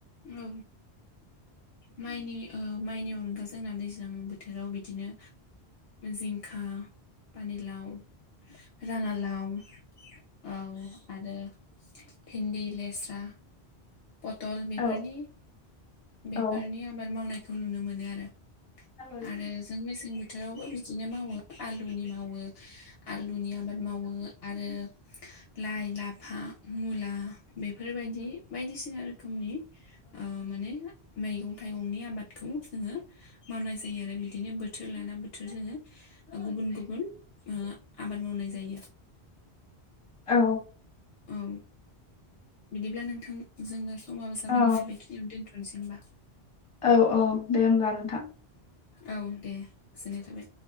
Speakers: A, on the left; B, on the left.
A: औ माइनि ओ माइनि अनगा जोंना दैज्लां बोथोराव बिदिनो जिंखा, पानिलाव राङालाव औ आरो भिन्दि लेस्रा पटल बेफोरनि
B: औ औ
A: बेफोरनि आबाद मावनायखौ नुनो मोनो आरो।
B: औ
A: आरो जों मेसें बोथोरावबो बिदिनो मावो आलुनि मावो आलुनि आबाद मावो आरो लाइ-लाफा मुला बेफोरबायदि बायदिसि ना रोखोमनि ओ माने मैगं थाइगंनि आबादखौ जोङो मावनाय जायो आरो बिदिनो बोथोर लाना बोथोर जोङो गुबुन-गुबुन ओ आबाद मावनाय जायो।
B: <inaudible> औ
A: औ बिदिब्ला नोंथां जोंना समाबो जाबाय
B: औ
A: नालाय बेखिनियावनो दोनथ'नोसै होमबा।
B: औ-औ दे होमब्ला नोंथां।
A: औ दे गोजोननाय थाबाय।